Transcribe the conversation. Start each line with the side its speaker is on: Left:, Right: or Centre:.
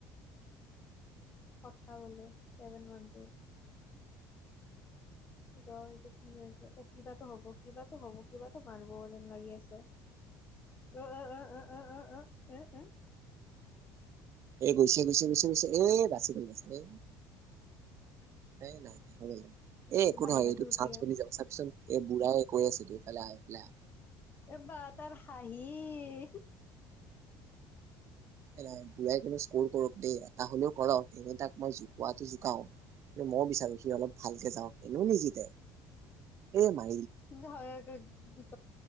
Left: কথা বলে ছেভেন মানথৰ ৰ এইটো কি হৈছে, অ কিবাটো হব কিবা হ'ব কিবা মাৰিব যেন লাগি আছে অ অ অ অ অ এ এ
Right: এ গৈছে গৈছে গৈছে গৈছে এ বাচি গল বাচ এ এ নাই হব এ একো
Left: বাহিৰতে
Right: নহয় এইটো
Left: গুচি
Right: চানছ
Left: গ'ল
Right: বুলি যাব চাবিচোন। এই বুঢ়াই কৈ আছেটো ইফালে ইফালে আহ।
Left: এ বা তাৰ হাঁহি
Right: এ বুঢ়াই কিন্তু স্কৰ কৰক দেই এটা হলেও কৰক এনেই তাক মই জোকুৱাতটো জোকাও কিন্তু মই বিচাৰো সি অলপ ভালকে যাওক এনেও নিজতে। এই মানে
Left: কিন্তু হয়াৰটোত দুক